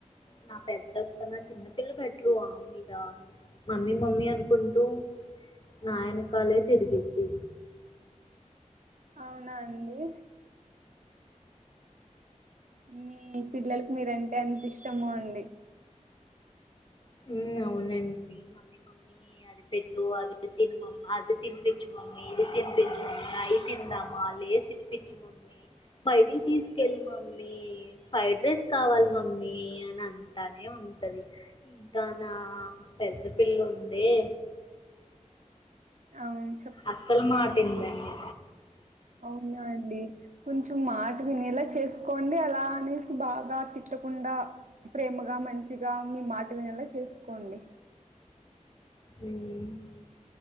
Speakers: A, on the left; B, on the right.
A: నా పెద్దక్క నా చిన్నపిల్ల బెటరు ఆమ్మీద మీద మమ్మీ మమ్మీ అనుకుంటూ నా యనకాలే తిరిగిద్ది
B: అవునా అండి మీ పిల్లలకు మీరంటే ఎంత ఇష్టమో అండి
A: హుమ్ అవునండి మమ్మీ మమ్మీ అది పెట్టు అది తిను మమ్మీ అది తినిపించు మమ్మీ ఇది తినిపించి మమ్మీ అయి తిందామా లేస్ ఇప్పించు మమ్మీ బయటికి తీసుకెళ్ళు మమ్మీ ఫ్రైడ్ రైస్ కావాలి మమ్మీ అని అంటానే ఉంటది ఇంకా నా పెద్ద పిల్ల ఉందే
B: అవును
A: అస్సలు మాట వినదండి
B: అవున అండి కొంచెం మాట వినేేలా చేసుకోండి అలా అనేసి బాగా తిట్టకుండా ప్రేమగా మంచిగా మీ మాట వినేలా చేసుకోండి
A: ఉహ్మ్